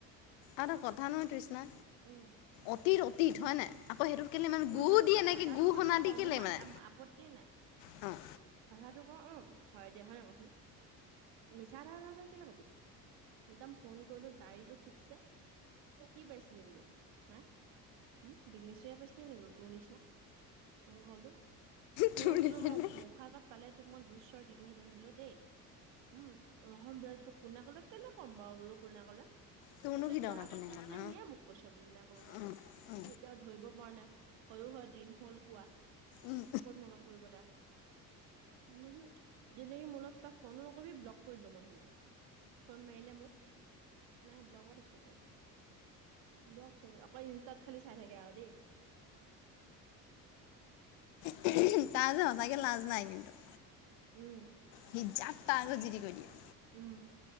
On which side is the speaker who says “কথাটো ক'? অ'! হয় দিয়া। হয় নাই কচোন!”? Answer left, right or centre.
Right